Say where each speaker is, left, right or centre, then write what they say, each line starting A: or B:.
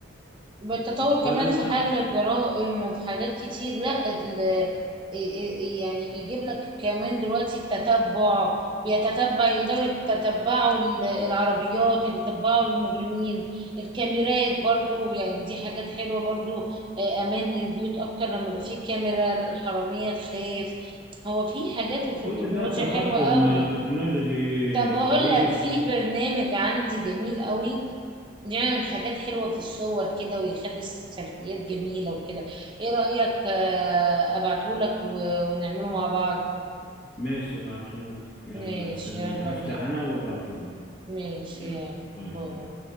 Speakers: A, on the right; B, on the left.
A: بالتطور
B: والكلام
A: كمان في
B: ده
A: حل الجرائم وفي حاجات كتير لا ال- إي- إي- يعني بيجيب لك كمان دلوقتي التتبع بيتتبع يقدروا يتتبعوا ال- العربيات يتتبعوا المجرمين الكاميرات برضو يعني دي حاجات حلوة برضو آه، أمان للبيوت أكتر لما يبقى فيه كاميرا الحرامية تخاف هو في حاجات وفي
B: كل
A: التكنولوجيا
B: ده تقدم
A: حلوة قوي
B: تكنولوجي
A: طب هقول
B: كويس
A: لك في برنامج عندي جميل قوي بيعمل حاجات حلوة في الصور كده ويخلي السيلفيات جميلة وكده ايه رأيك آه، ابعتهولك و- ونعمله مع بعض
B: ماشي بعتول يلا
A: ماشي
B: استنى
A: يلا
B: هفتح
A: بينا
B: انا وبعتول
A: ماشي
B: يلا
A: يلا
B: باي
A: باي
B: باي